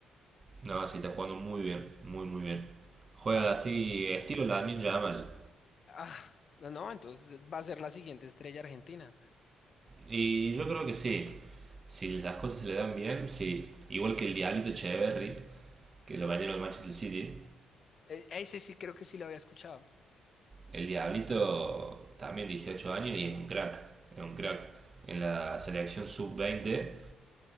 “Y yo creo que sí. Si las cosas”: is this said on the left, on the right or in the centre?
Right